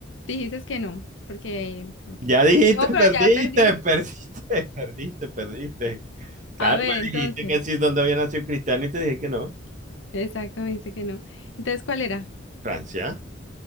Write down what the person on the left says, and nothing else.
dijiste que no, porque, ok.
No, pero
ya perdí.
A ver,
entonces,
exacto, me dijiste que no. Entonces, ¿cuál era?